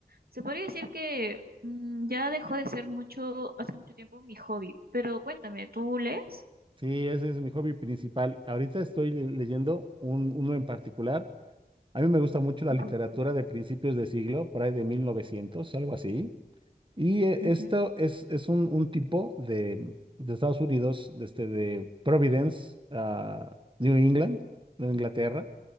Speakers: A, on the right; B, on the right.
A: Se podría decir que mm, ya dejó de ser mucho, hace mucho tiempo mi hobby, pero cuéntame, ¿tú lees?
B: Sí, ese es mi hobby principal. Ahorita estoy le- leyendo un, uno en particular. A mí me gusta mucho la
A: Ujú,
B: literatura de principios de siglo, por ahí de 1900, algo así. Y eh,
A: ujú,
B: esto es, es un, un tipo de, de Estados Unidos, desde de Providence, ah, New England, Nueva Inglaterra,